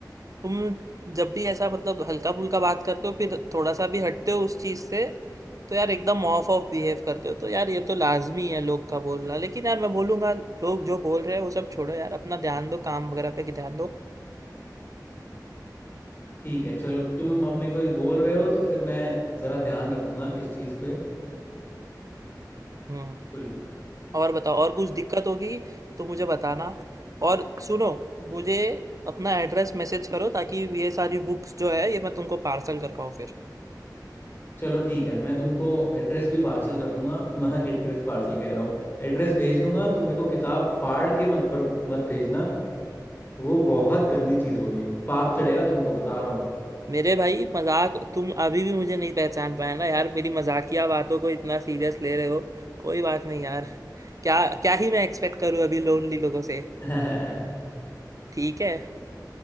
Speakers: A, on the right (about 50°); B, on the left (about 30°).
A: तुम जब भी ऐसा मतलब हल्का फुल्का बात करते हो फिर थोड़ा सा भी हटते हो उस चीज से तो यार एकदम ऑफ ऑफ बिहेव करते हो तो यार ये तो लाजमी है लोग का बोलना लेकिन यार मैं बोलूंगा लोग जो बोल रहे हैं वो सब छोड़ो यार अपना ध्यान दो काम वगैरह पे ध्यान दो
B: ठीक है चलो तुम अब मेरे को ये बोल रहे हो तो फिर मैं जरा ध्यान रखूंगा इस चीज पे
A: हम्म
B: बिल्कुल
A: और बताओ और कुछ दिक्कत होगी तो मुझे बताना और सुनो मुझे अपना एड्रेस मैसेज करो ताकि ये सारी बुक्स जो है ये मैं तुमको पार्सल कर पाऊँ फिर
B: चलो ठीक है मैं तुमको एड्रेस भी पार्सल कर दूंगा मैं <laughs> एड्रेस पार्सल कह रहा हूँ एड्रेस भेज दूंगा तुम मेरे को किताब फाड़ के मत बर, मत भेजना वो बहुत गंदी चीज़ होगी पाप चढ़ेगा तुमको बता रहा हूँ
A: मेरे भाई मजाक तुम अभी भी मुझे नहीं पहचान पाए ना यार मेरी मजाकिया बातों को इतना सीरियस ले रहे हो कोई बात नहीं यार क्या क्या ही मैं एक्सपेक्ट करूँ अभी लोनली लोगों से
B: <laughs>
A: ठीक है